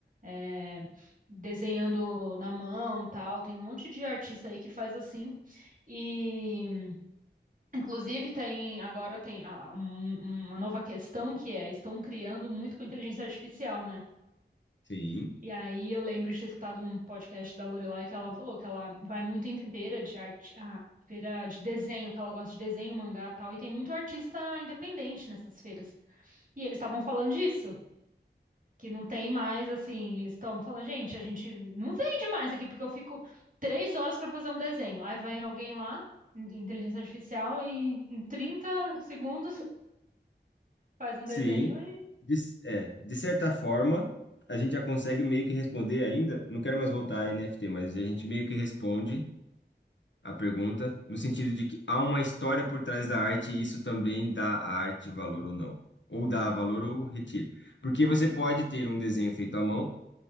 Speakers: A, on the right (about 45°); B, on the left (about 85°).
A: é, desenhando na mão, tal. Tem um monte de artista aí que faz assim. E, inclusive, tem agora tem a- um- uma nova questão que é, estão criando muito com inteligência artificial, né?
B: sim,
A: E aí eu lembro de ter escutado um podcast da Lorelai que ela falou que ela vai muito em feira de arte, ah, feira de desenho, que ela gosta de desenho, mangá, e tal, e tem muito artista independente nessas feiras. E eles estavam falando disso, que não tem mais assim, eles estão falando, gente, a gente não vende mais aqui porque eu fico três horas para fazer um desenho. Aí vem alguém lá, in- inteligência artificial, e em trinta segundos <laughs> faz um
B: sim.
A: desenho
B: De, é, de certa forma, a gente já consegue meio que responder ainda. eu Não quero mais voltar a NFT, mas a gente meio que responde a pergunta no sentido de que há uma história por trás da arte e isso também dá à arte valor ou não. Ou dá valor ou retira. Porque você pode ter um desenho feito à mão